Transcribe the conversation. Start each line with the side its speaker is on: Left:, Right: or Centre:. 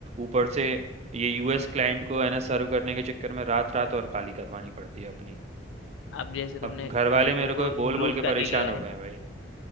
Right: ऊपर से ये यूएस क्लाइंट को है ना सर्व करने के चक्कर में रात रात और काली करवानी पड़ती है अपनी
Left: अब जैसे तुमने
Right: अब घर वाले
Left: मैनेजर
Right: मेरे को
Left: को इंक्लूड
Right: बोल बोल के
Left: कर
Right: परेशान
Left: ही लिया
Right: हो
Left: है
Right: गए हैं भाई